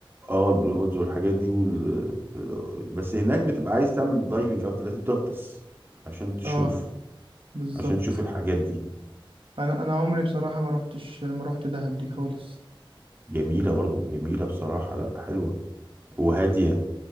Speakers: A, on the right; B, on the right.
A: اه البلو هولز والحاجات دي وال... بس هناك بتبقى عايز تعمل دايفنج اكتر لازم تغطس عشان تشوف
B: اه بالظبط
A: عشان تشوف الحاجات دي
B: انا انا عمري بصراحه ما روحتش ما روحت دهب دي خالص
A: جميلة برضو جميلة بصراحة لا حلوة وهادية